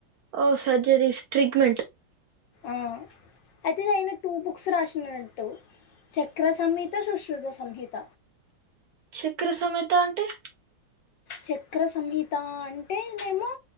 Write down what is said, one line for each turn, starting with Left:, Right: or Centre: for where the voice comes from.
Right: ఓ సర్జరీస్ ట్రీగమెంట్
Left: ఆ అయితే ఇది అయినా టూ బుక్స్ రాసినట్టు చక్రసహిత సుశ్రుత సంహత
Right: చక్క్ర సమేత అంటే
Left: చక్ర సంహిత అంటే నేమో